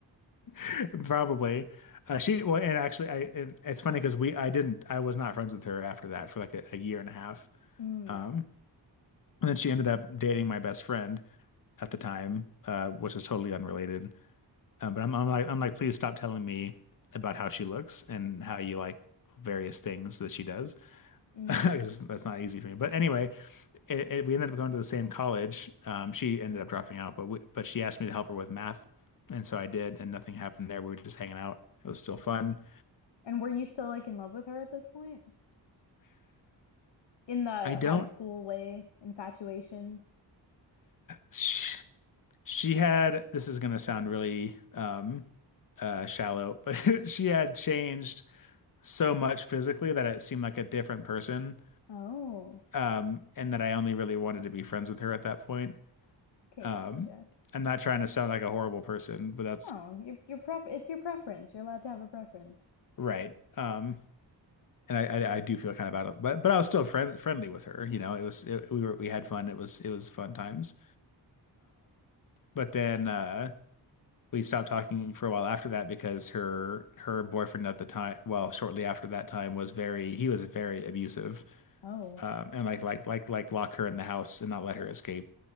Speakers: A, on the left; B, on the left.
A: <laughs> Probably. Uh, she well and actually I and it's funny because we I didn't I was not friends with her after that for like a, a year and a half.
B: Mm,
A: Um and then she ended up dating my best friend. at the time, uh, which is totally unrelated. Uh, but I'm, I'm like, I'm like, please stop telling me about how she looks and how you like various things that she does. <laughs>
B: mm.
A: Because that's not easy for me. But anyway, it, it, we ended up going to the same college. Um, she ended up dropping out, but we, but she asked me to help her with math, and so I did, and nothing happened there. We were just hanging out. It was still fun.
B: And were you still like in love with her at this point? In the
A: I don't.
B: high school way, infatuation?
A: She, she had. This is gonna sound really um, uh, shallow, but <laughs> she had changed so much physically that it seemed like a different person,
B: Oh,
A: um, and that I only really wanted to be friends with her at that point.
B: okay,
A: Um,
B: gotcha.
A: I'm not trying to sound like a horrible person, but that's
B: Oh, your your pref it's your preference. You're allowed to have a preference.
A: right. Um, and I, I, I do feel kind of bad, but but I was still friend, friendly with her. You know, it was it, we were we had fun. It was it was fun times. But then uh, we stopped talking for a while after that because her her boyfriend at the time, well, shortly after that time, was very he was very abusive
B: Oh,
A: um, and like like like like lock her in the house and not let her escape